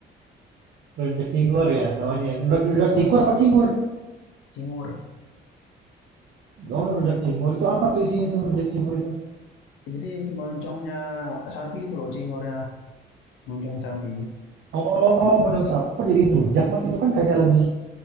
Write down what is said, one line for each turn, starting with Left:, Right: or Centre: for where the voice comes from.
Right: Rujak Cingur ya namanya. Rujak, rujak
Left: Ah,
Right: Cikur apa Cingur?
Left: cingur
Right: Oh rujak Cingur itu apa tuh isinya tuh rujak Cingur itu?
Left: Ya, jadi moncongnya sapi itu loh cingurnya moncong sapi
Right: Oh,
Left: itu
Right: modal sapi. Kok jadiin rujak, Mas? Itu kan kayak lebih